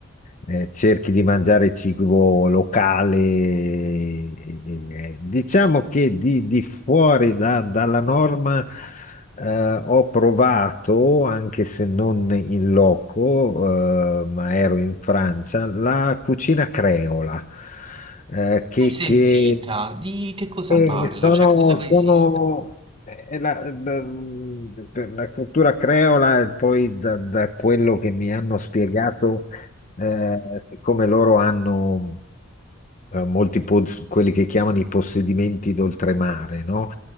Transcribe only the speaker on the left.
eh, cerchi di mangiare cibo locale. e- e- Diciamo che di, di fuori da- dalla norma eh, ho provato, anche se non in loco, eh, ma ero in Francia, la cucina creola, eh, che,
che
e
sono,
sono eh, la, da- per la cultura creola, e poi da, da quello che mi hanno spiegato, eh, siccome loro hanno eh, molti pos- quelli che chiamano i possedimenti d'oltremare, no?